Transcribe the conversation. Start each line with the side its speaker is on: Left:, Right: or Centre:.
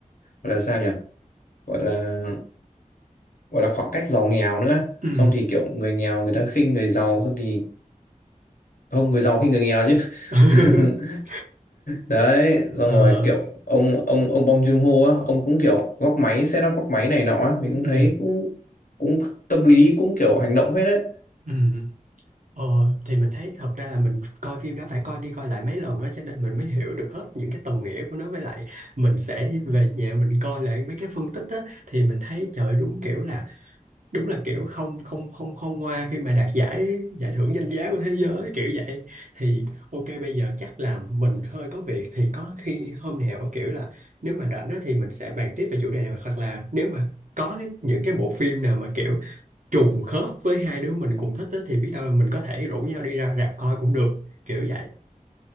Left: gọi là sao nhỉ gọi là gọi là khoảng cách giàu nghèo nữa
Right: ừ.
Left: xong thì kiểu người nghèo người ta khinh người giàu xong thì không người giàu khi người nghèo chứ
Right: <laughs>
Left: <laughs> đấy xong
Right: Ờ,
Left: rồi kiểu ông ông ông Bong Joon-ho á ông cũng kiểu góc máy set up góc máy này nọ á mình cũng
Right: ừ,
Left: thấy cũng cũng tâm lý cũng kiểu hành động hết đấy
Right: ừ. Ờ, thì mình thấy thật ra là mình coi phim đó phải coi đi coi lại mấy lần đó cho nên mình mới hiểu được hết những cái tầng nghĩa của nó với lại mình sẽ về nhà mình coi lại mấy cái phân tích á thì mình thấy trời ơi, đúng kiểu là đúng là kiểu không không không không ngoa khi mà đạt giải giải thưởng danh giá của thế giới kiểu vậy thì ok bây giờ chắc là mình hơi có việc thì có khi hôm nào kiểu là nếu mà rảnh á thì mình sẽ bàn tiếp về chủ đề này hoặc là nếu mà có cái- những cái bộ phim nào mà kiểu trùng khớp với hai đứa mình cùng thích á, thì biết đâu là mình có thể rủ nhau đi ra rạp coi cũng được kiểu vậy